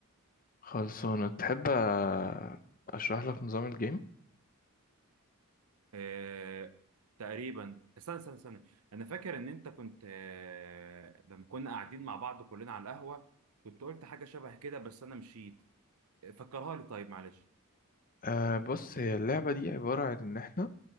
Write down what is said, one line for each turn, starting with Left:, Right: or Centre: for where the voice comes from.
Left: خلصانة تحب آه، اشرح لك نظام الجيم
Right: آه تقريبا استنى استنى استنى انا فاكر ان انت كنت آه لما كنا قاعدين مع بعض كلنا على القهوه كنت قلت حاجه شبه كده بس انا مشيت آه، فكرها لي طيب معلش
Left: أه بص هي اللعبة دي عبارة عن ان احنا